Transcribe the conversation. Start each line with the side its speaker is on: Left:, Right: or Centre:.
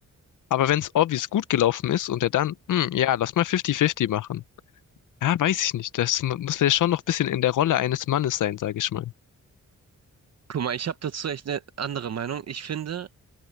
Left: Aber wenn es obvious gut gelaufen ist und er dann, hm, ja, lass mal 50-50 machen. Ja, weiß ich nicht. Das mu- muss ja schon noch ein bisschen in der Rolle eines Mannes sein, sage ich mal.
Right: Guck mal, ich habe dazu echt eine andere Meinung. Ich finde,